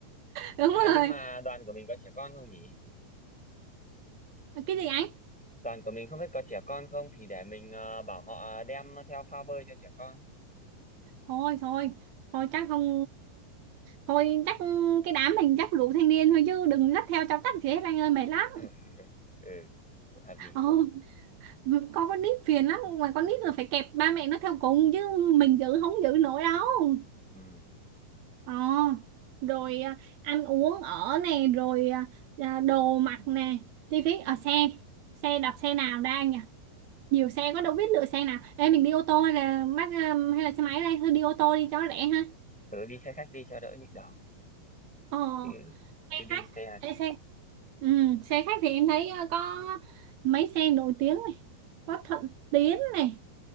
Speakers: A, on the right; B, in the centre.
A: đúng
B: à
A: rồi
B: nhưng mà đoàn của mình có trẻ con không nhỉ
A: cái gì anh
B: đoàn của mình không biết có trẻ con không thì để mình ờ, bảo họ đem theo phao bơi cho trẻ con
A: thôi thôi thôi chắc không thôi chắc cái đám mình chắc đủ thanh niên thôi chứ đừng dắt theo cháu tắt gì hết anh ơi mệt lắm
B: <laughs> ừ cũng hợp lý
A: Ồ, con con nít phiền lắm mà con nít là phải kẹp ba mẹ nó theo cùng chứ mình giữ không giữ nổi đâu
B: ừ
A: Ờ, rồi à, ăn uống ở nè rồi à, à, đồ mặc nè chi phí ở xe xe đặt xe nào ra nhỉ nhiều xe quá đâu biết lựa xe nào Ê mình đi ô tô hay là bắt à, hay là xe máy đây thôi đi ô tô đi cho nó rẻ ha
B: tớ đi xe khách đi cho đỡ nhức đầu
A: ờ
B: chứ,
A: xe
B: chứ đi
A: khách
B: xe
A: Ê, xe ừ, xe khách thì em thấy à, có mấy xe nổi tiếng này có Thuận Tiến này